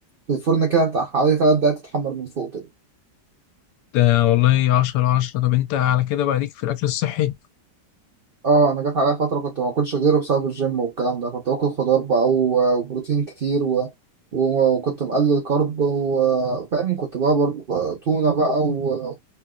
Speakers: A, on the right; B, on the left.
A: في الفرن كده بتاع حوالي 3 دقايق تتحمر من فوق كده
B: ده والله عشرة على عشرة طب أنت على كده بقى ليك في الأكل الصحي
A: اه انا جت عليا فتره كنت ما باكلش غيره بسبب الجيم والكلام ده كنت باكل خضار بقى و- وبروتين كتير و... و- وكنت مقلل كارب وفاهم كنت بقى برضه بقى تونه بقى و...